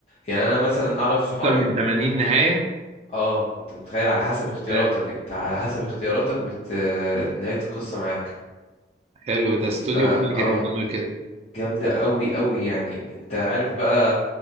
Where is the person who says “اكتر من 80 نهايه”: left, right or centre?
Right